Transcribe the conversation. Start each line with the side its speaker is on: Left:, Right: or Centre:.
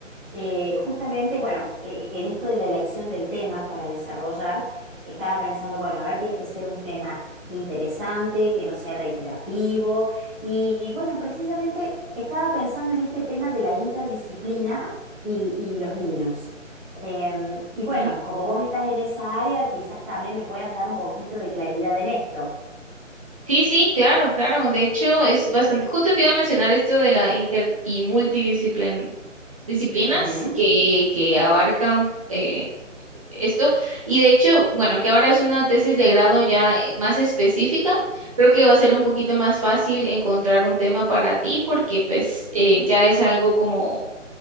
Centre: Eh, justamente, bueno, eh, en esto de la elección del tema para desarrollar, estaba pensando, bueno, a ver, tiene que ser un tema interesante, que no sea reiterativo. Y, y bueno, precisamente estaba pensando en este tema de la interdisciplina y, y los niños. Em, y bueno,
Right: Ujú.
Centre: como vos estás en esa área, quizás también me puedas dar un poquito de claridad en esto.
Right: Sí, sí, claro, claro. De hecho, es bastante. Justo te iba a mencionar esto de la inter y multidisciplin disciplinas
Centre: Ujú,
Right: que, que abarcan eh, esto. Y de hecho, bueno, que ahora es una tesis de grado ya eh, más específica, creo que va a ser un poquito más fácil encontrar un tema para ti porque pues eh, ya es algo como